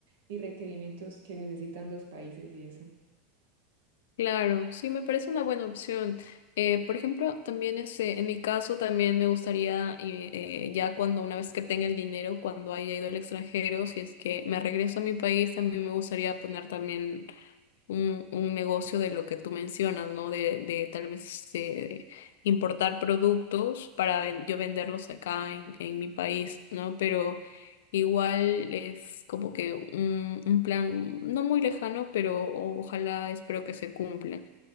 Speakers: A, on the right; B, on the left.
A: y requerimientos que necesitan los países y eso.
B: Claro, sí, me parece una buena opción. Eh, por ejemplo, también este, en mi caso, también me gustaría, eh, eh, ya cuando una vez que tenga el dinero, cuando haya ido al extranjero, si es que me regreso a mi país, también me gustaría poner también un, un negocio de lo que tú mencionas, ¿no? De, de tal vez eh, importar productos para ven- yo venderlos acá en, en mi país, ¿no? Pero igual es como que un, un plan no muy lejano, pero ojalá espero que se cumpla.